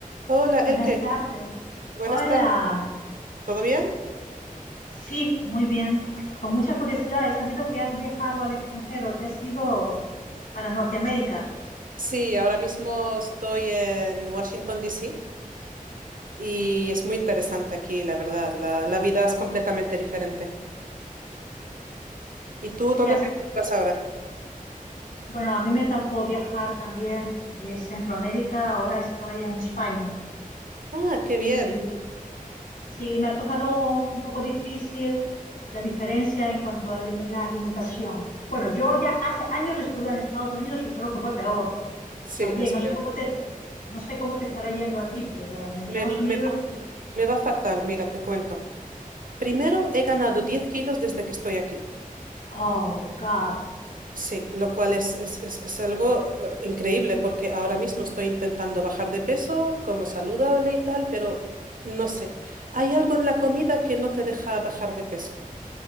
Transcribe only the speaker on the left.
Buenas tardes.
Hola.
Sí, muy bien. Con mucha curiosidad, he sabido que has viajado al extranjero. Te has ido para Norteamérica.
Sí,
te hace.
Bueno, a mí me tocó viajar también de Centroamérica. Ahora estoy en España.
Y
sí, me ha tocado un poco difícil la diferencia en cuanto a la alim- la alimentación. Bueno, yo ya hace años estuve en Estados Unidos y creo que fue peor
también.
No sé cómo te, no sé cómo te estará yendo a ti, pero en Estados
Unidos
Oh, God.